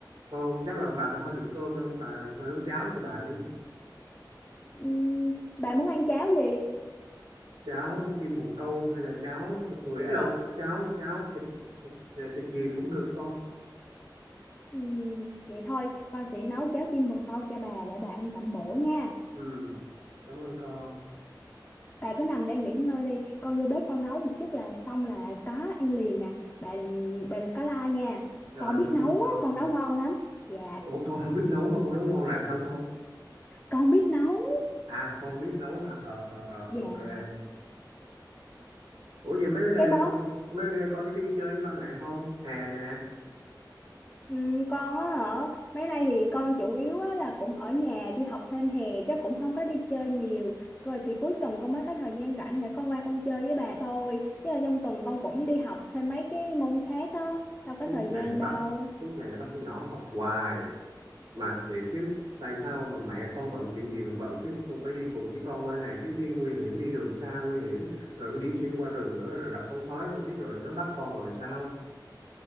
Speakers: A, on the right (about 75°); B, on the left (about 15°).
A: con chắc là bà không ăn được cơm đâu bà con nấu cháo cho bà đi
B: Ừm, bà muốn ăn cháo gì?
A: cháo kim bồ câu hay là cháo thịt người ấy lộn cháo cháo thịt thịt ờ, thịt gì cũng được con
B: Ừm, vậy thôi, con sẽ nấu cháo chim bồ câu cho bà để bà ăn tẩm bổ nha.
A: ừ, cảm ơn con
B: Bà cứ nằm đây nghỉ ngơi đi. Con vô bếp con nấu một chút là xong là có ăn liền à. Bà đừng, bà đừng có la nha.
A: rồi
B: Con biết
A: cảm
B: nấu
A: ơn con
B: á, con nấu ngon lắm. Dạ,
A: ủa con không biết nấu mà con nấu ngon là sao con
B: con biết nấu.
A: à con biết nấu hả ờ ờ ờ
B: Dạ.
A: ok ủa vậy mấy bữa nay
B: Cái món
A: là con mấy bữa nay con có đi chơi với ba mẹ không hè nè
B: Ừ, con á hả mấy nay thì con chủ yếu á là cũng ở nhà đi học thêm hè chứ cũng không có đi chơi nhiều rồi thì cuối tuần con mới có thời gian rảnh để con qua con chơi với bà thôi chứ là trong tuần con cũng đi học thêm mấy cái môn khác á đâu có
A: suốt
B: thời
A: ngày
B: gian
A: bắt
B: đâu
A: suốt ngày bắt con nhỏ học hoài mà thiệt chứ tại sao mà mẹ con bận chuyện gì mà bận chứ cũng phải đi cùng với con qua này chứ đi nguy hiểm đi đường xa nguy hiểm rồi đi xuyên qua rừng đó rồi gặp con sói con xích rồi nó bắt con rồi sao